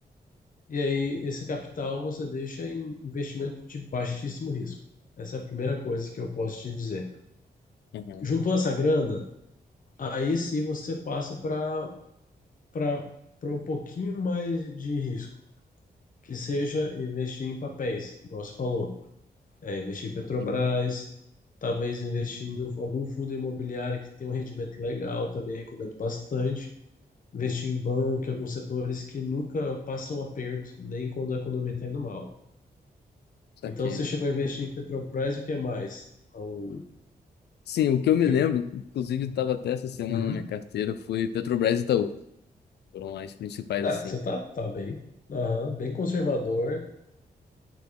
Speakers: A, on the left; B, on the left.
A: e aí esse capital você deixa em investimento de baixíssimo risco. Essa é a primeira coisa que eu posso te dizer.
B: uhum,
A: Juntou essa grana, aí sim você passa para para para um pouquinho mais de risco, que seja investir em papéis, igual você falou. É, investir em Petrobras,
B: entendi.
A: talvez investir em algum fundo imobiliário que tem um rendimento legal, também recomendo bastante. Investir em banco, em alguns setores que nunca passam aperto, nem quando a economia está indo mal.
B: Saquei.
A: Então você chegou a investir em Petrobras e o que mais? O
B: Sim, o que eu me
A: que...
B: lembro, inclusive estava até essa semana
A: Uhum.
B: na minha carteira, foi Petrobras e Itaú. Foram as principais,
A: Ah,
B: assim.
A: você tá, tá bem, Aham, bem conservador